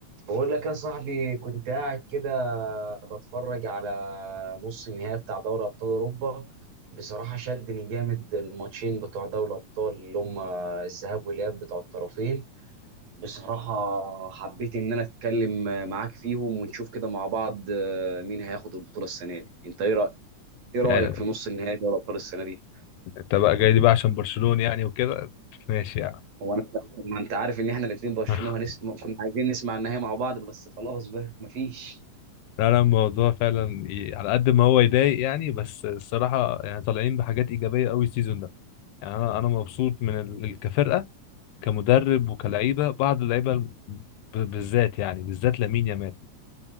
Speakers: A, on the right (about 70°); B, on the left (about 85°).
A: بقول لك يا صاحبي كنت قاعد كده بتفرج على نص النهائي بتاع دوري ابطال اوروبا بصراحه شدني جامد الماتشين بتوع دوري الابطال اللي هم الذهاب والاياب بتوع الطرفين بصراحه حبيت ان انا اتكلم معاك فيهم ونشوف كده مع بعض آه، مين هياخد البطوله السنه دي انت ايه رايك ايه رايك
B: يعني
A: في نص النهائي دوري الابطال السنه دي
B: انت بقى جاي لي بقى عشان برشلونة يعني وكده ماشي يعني
A: هو انا ما انت عارف ان احنا الاثنين برشلونه
B: <laughs>
A: هنس... كنا عايزين نسمع النهائي مع بعض بس خلاص بقى مفيش
B: لا لا الموضوع فعلا ي... على قد ما هو يضايق يعني بس الصراحة يعني طالعين بحاجات إيجابية قوي السيزون ده يعني أنا أنا مبسوط من ال... ال- كفرقة كمدرب وكلعيبة بعض اللعيبة ال- ب... بالذات يعني بالذات لامين يامال